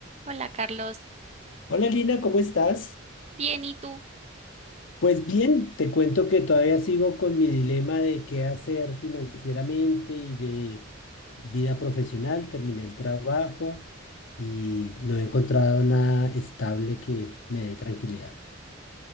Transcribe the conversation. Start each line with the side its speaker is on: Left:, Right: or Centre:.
Right: Hola Carlos,
Left: Hola Lina, ¿cómo estás?
Right: bien, ¿y tú?
Left: Pues bien, te cuento que todavía sigo con mi dilema de qué hacer financieramente y de vida profesional. Terminé el trabajo y no he encontrado nada estable que me dé tranquilidad.